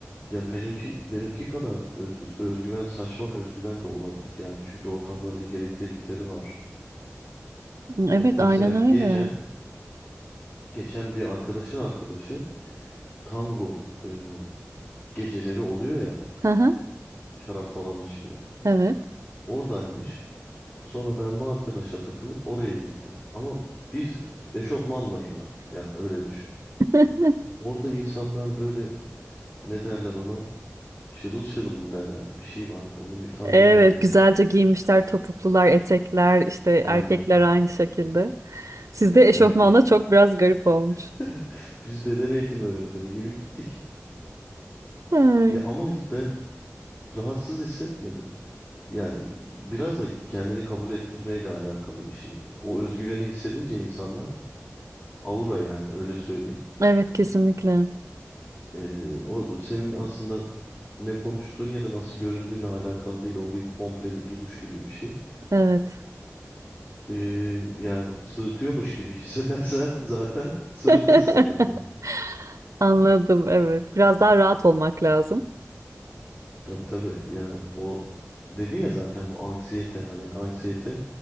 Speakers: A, on the left (about 45°); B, on the right (about 75°).
A: Ya benimki benimki kadar öz- özgüven saçma bir özgüven de olabilir yani. Çünkü ortamların gereklilikleri var.
B: Evet,
A: Ya mesela
B: aynen öyle.
A: geçen geçen bir arkadaşın arkadaşı tango e, geceleri oluyor ya.
B: Hı hı,
A: Şarap falan içiliyor.
B: Evet.
A: Oradaymış. Sonra ben bu arkadaşa takılıp oraya gittim. Ama biz eşofmanlayız. Yani öyle düşün.
B: <laughs>
A: Orada insanlar böyle ne derler ona? Şırıl şırıl mı derler? Bir şey var. Onun bir tabiri
B: Evet,
A: var ya.
B: güzelce giyinmişler, topuklular, etekler, işte
A: Aynen
B: erkekler aynı şekilde. Sizde eşofmanla
A: erkekte.
B: çok biraz garip olmuş.
A: <laughs> Biz beden eğitimi öğretmeni gibi gittik.
B: Ay.
A: Ya ama ben rahatsız hissetmedim. Yani biraz da kendini kabul ettirmeyle alakalı bir şey. O özgüveni hissedince insanlar aura yani öyle söyleyeyim.
B: Evet, kesinlikle.
A: Ee, o senin aslında ne konuştuğun ya da nasıl göründüğüne alakalı değil. O bir komple bir duruş gibi bir şey.
B: Evet.
A: Ee, yani sırıtıyormuş gibi <laughs> hissedersen zaten sırıtırsın
B: <laughs>
A: yani.
B: Anladım, evet. Biraz daha rahat olmak lazım.
A: Tabii tabii yani o dedin ya zaten bu anksiyete hani anksiyete